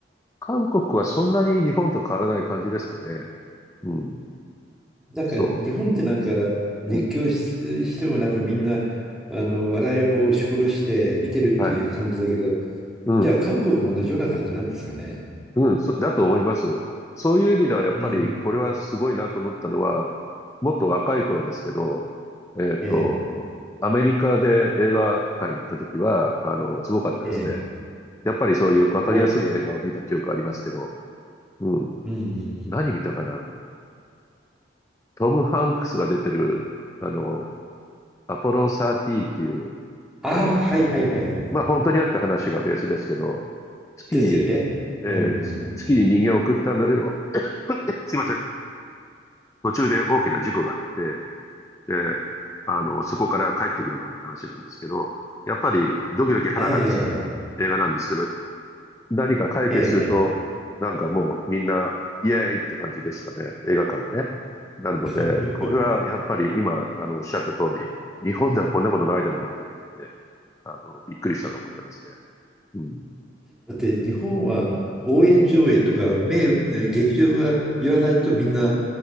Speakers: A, on the left (about 15°); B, in the centre.
A: 韓国はそんなに日本と変わらない感じですかね。うん。
B: なんか日本ってなんか熱狂し、
A: そう。うん。
B: してもなんかみんなあの笑いも押し殺して見てるっていう感じだけど、
A: はい。うん。
B: じゃあ韓国も同じような感じなんですかね。
A: うん。そ、だと思います。そういう意味ではやっぱりこれはすごいなと思ったのは、
B: うん。
A: もっと若い頃ですけど、えっと、
B: え
A: アメリカで映画館行った時は、あの、すごかったですね。
B: え、ええ。
A: やっぱりそういうわかりやすい映画を見た記憶ありますけど、
B: おお。
A: うん。
B: うん。
A: 何見たかなトム・ハンクスが出てる、あの、アポロ13っていう、
B: ああ、
A: あの、
B: はいはいはいはい。
A: まあ本当にあった話がベースですけど、月に、
B: ですよね。
A: えー月、
B: うんうんうん。
A: 月に人間を送ったんだけど、すいません。途中で大きな事故があって、で、あの、そこから帰ってくるまでの話なんですけど、やっぱりドキドキハラハラする映画なんですけど、
B: え
A: 何か解決すると、
B: え、ええ、
A: なんかもうみんな、イエーイって感じでしたね。映画館がね。なので、
B: ええ。
A: これはやっぱり今、
B: <laughs>
A: あの、おっしゃった通り、日本ではこんなことないだろうなと思って、あの、びっくりしたのを覚えてますね。うん。
B: だって日本は応援上映とか目打って劇場が言わないとみんな